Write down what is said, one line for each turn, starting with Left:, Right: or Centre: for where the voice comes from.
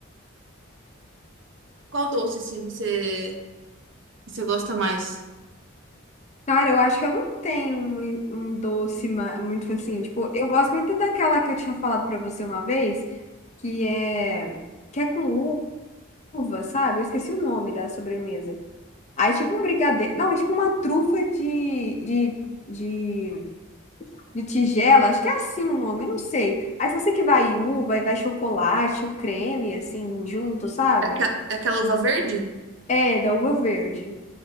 Right: Qual doce, assim, você, você gosta mais?
Left: Cara, eu acho que eu não tenho mui- um doce ma- muito assim, tipo, eu gosto muito daquela que eu tinha falado pra você uma vez, que é que é com uva, sabe? Eu esqueci o nome da sobremesa. Aí é tipo um brigadeiro, não, é tipo uma trufa de, de, de, de tigela, acho que é assim o nome, eu não sei. Aí se você que vai uva, aí vai chocolate, o creme assim junto, sabe?
Right: Aquela, aquela uva verde?
Left: É, da uva verde.